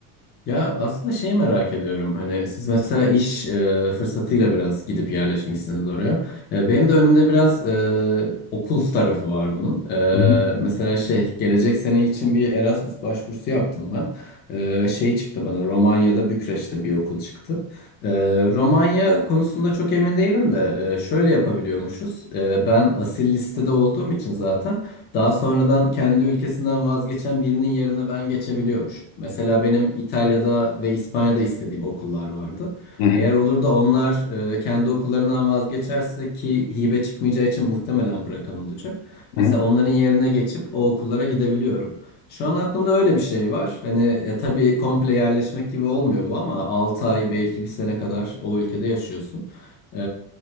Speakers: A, on the left; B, on the left.
A: Ya aslında şey merak ediyorum. Hani siz mesela iş e, fırsatıyla biraz gidip yerleşmişsiniz oraya. E, benim de önümde biraz e, okul tarafı var bunun.
B: Hı hı.
A: E, mesela şey gelecek sene için bir Erasmus başvurusu yaptım ben. E, şey çıktı bana Romanya'da Bükreş'te bir okul çıktı. E, Romanya konusunda çok emin değilim de e, şöyle yapabiliyormuşuz. E, ben asil listede olduğum için zaten. Daha sonradan kendi ülkesinden vazgeçen birinin yerine ben geçebiliyormuş. Mesela benim İtalya'da ve İspanya'da istediğim okullar vardı.
B: Hı hı.
A: Eğer olur da onlar e, kendi okullarından vazgeçerse ki hibe çıkmayacağı için muhtemelen bırakan olacak.
B: Hı
A: Mesela
B: hı.
A: onların yerine geçip o okullara gidebiliyorum. Şu an aklımda öyle bir şey var. Hani ya tabii komple yerleşmek gibi olmuyor bu ama altı ay belki bir sene kadar o ülkede yaşıyorsun. Ee,